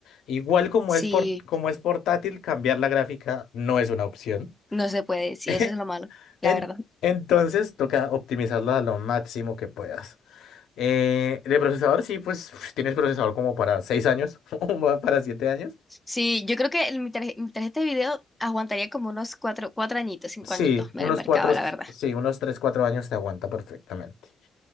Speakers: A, on the left; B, in the centre.
A: Igual como
B: Sí,
A: es, por, como es portátil, cambiar la gráfica no es una opción.
B: no se puede, sí,
A: <laughs>
B: eso es lo malo,
A: En-
B: la verdad.
A: entonces toca optimizarla a lo máximo que puedas. Eh, de procesador, sí, pues <sniffs> tienes procesador como para 6 años <laughs> o para 7 años.
B: Sí, yo creo que el- mi, tarje- mi tarjeta de video aguantaría como unos cuatro, cuatro añitos, cinco
A: Sí,
B: añitos en
A: unos
B: el mercado,
A: cuatro,
B: la verdad.
A: sí, unos tres, cuatro años te aguanta perfectamente.